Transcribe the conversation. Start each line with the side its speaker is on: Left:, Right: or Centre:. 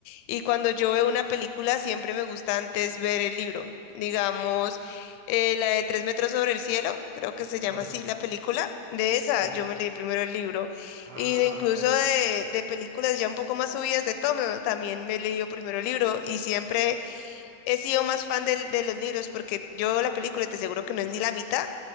Left: Y cuando yo veo una película, siempre me gusta antes ver el libro. Digamos, eh, la de Tres metros sobre el cielo, creo que se
Right: Ya,
Left: llama así la película. De esa,
Right: sí.
Left: yo me leí primero el libro.
Right: Ah,
Left: Y de incluso de, de películas ya un poco más subidas de tono, también me he leído primero el libro. Y siempre he sido más fan del- de, los libros, porque yo veo la película y te aseguro que no es ni la mitad